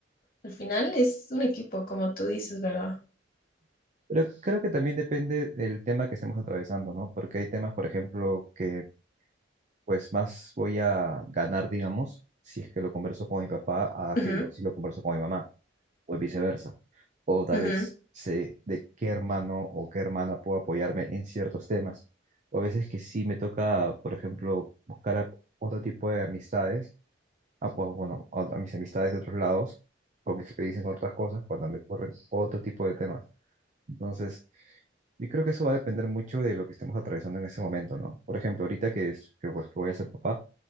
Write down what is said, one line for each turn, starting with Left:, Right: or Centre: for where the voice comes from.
Left: al final es un equipo, como tú dices, ¿verdad?
Right: Pero creo que también depende del tema que estemos atravesando, ¿no? Porque hay temas, por ejemplo, que pues más voy a ganar, digamos, si es que lo converso con mi papá, a
Left: Ujú,
Right: que lo- si lo converso con mi mamá, o viceversa. O tal
Left: ujú,
Right: vez sé de qué hermano o qué hermana puedo apoyarme en ciertos temas. O a veces que sí me toca, por ejemplo, buscar a- otro tipo de amistades a, o, bueno, a, a mis amistades de otros lados, con experiencia en otras cosas, cuando me corren otro tipo de temas. Entonces, yo creo que eso va a depender mucho de lo que estemos atravesando en ese momento, ¿no? Por ejemplo, ahorita que, es, que, pues, que voy a ser papá,